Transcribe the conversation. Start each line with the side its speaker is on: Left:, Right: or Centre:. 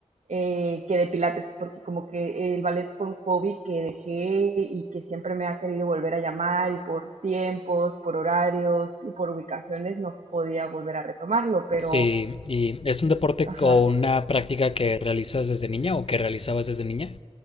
Right: eh, que de pilates, porque como que el ballet fue un hobby que dejé y que siempre me ha querido volver a llamar y por tiempos, por horarios y por ubicaciones no podía volver a retomarlo, pero
Left: Sí, y es un deporte
Right: ajá,
Left: o una práctica que realizas desde niña o que realizabas desde niña.